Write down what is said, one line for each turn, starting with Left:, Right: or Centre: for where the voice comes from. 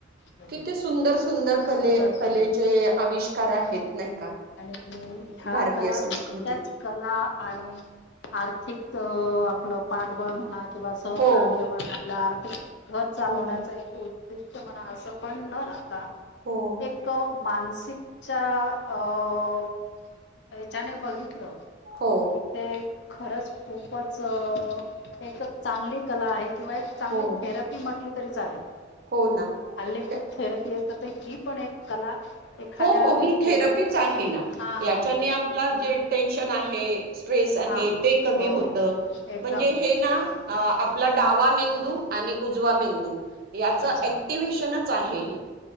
Left: हम्म.
Right: तिथे सुंदर सुंदर कले
Left: सुंदर सुंदर
Right: कलेचे आविष्कार आहेत नाही का
Left: अ हा
Right: भारतीय
Left: कला
Right: संस्कृतीत
Left: त्याच कला आणि आर्थिक आपलं पाठबळ म्हणा किंवा सहकार्य
Right: हो
Left: म्हना आपल्या आर्थिक घर चालवण्याच
Right: हो
Left: एक उद्देष ष्ट म्हणा असं पण न राहता
Right: हो
Left: एक मानसिकच्या अ च्याने बघितलं
Right: हो
Left: ते खरंच खूपच एक चांगली कला आहे किंवा एक चांगली
Right: हो
Left: थेरपी म्हटली तरी चालेल
Right: हो ना
Left: हल्ली खूप
Right: ते-
Left: थेरपी असते तर ही पण एक कला एखाद्या
Right: हो हो
Left: व्यक्तीला
Right: ही थेरपीच आहे ना
Left: हा हा
Right: याच्या ने आपला जे टेन्शन आहे स्ट्रेस आहे
Left: हा
Right: ते कमी
Left: हो
Right: होतं
Left: हो एकदम
Right: म्हणजे हे ना अ आपला डावा मेंदू आणि उजवा मेंदू याचं
Left: अच्छा
Right: ऍक्टिव्हेशनच आहे हे